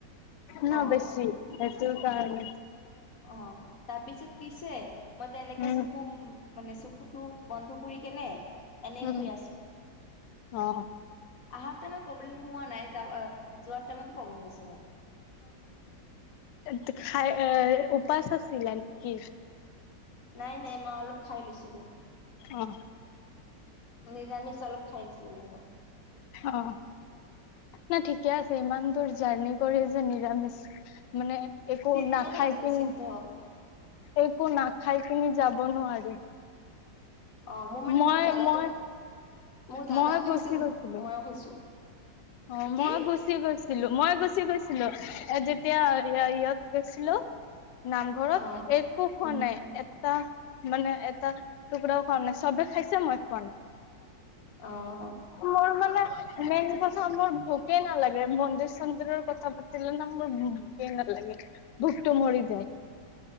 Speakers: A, on the left (about 80°); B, on the left (about 55°).
A: ন'
B: অ
A: বেছি সেটো কাৰণে।
B: অ তাৰপিছত কৈ হৈছে মই তেনেকা
A: উম
B: চুকুম মানে চকুতো বন্ধ কৰি কেনে এনে
A: উম,
B: শুই
A: অ,
B: আহা টাইমে প্ৰব্লেম পোৱা নাই যাবা যোৱাৰ টাইমত প্ৰব্লেম হৈছে মোৰ।
A: তে খাই এ উপাচ আছিলা নেকি?
B: নাই-নাই মই অলপ খাই লৈছিলোঁ।
A: অ',
B: নিৰামিচ অলপ খাইছিলোঁ মই।
A: অ, নাই ঠিকে আছে ইমান দূৰ জাৰ্ণি কৰি যে নিৰামিচ মানে একো
B: সিদ্ধ
A: নাখাই
B: খাইছিলো
A: পিনে
B: সিদ্ধ
A: একো নাখাই পিনি যাব নোৱাৰি।
B: অ মোৰ মানে
A: মই-মই
B: মোৰ দাদাটো মোৰ দাদাও
A: মই গুছি
B: খাইছে
A: গৈছিলোঁ।
B: মইও খাইছো।
A: অ,
B: কি?
A: মই গুচি গৈছিলো - মই গুচি গৈছিলো এ যেতিয়া ইয়া-ইয়ত গৈছিলোঁ নামঘৰত
B: অ'।
A: একো খোৱা
B: উম।
A: নাই এত এটা মানে এটা টুকুৰাও খোৱা নাই চবে খাইছে মই খোৱা নাই।
B: অ'।
A: মোৰ মানে মেইন সঁচা মোৰ ভোকে নালাগে মন্দিৰ-চন্দিৰৰ কথা পাতিলে ন' মোৰ ভোকে নালাগে। ভোকটো মৰি যায়।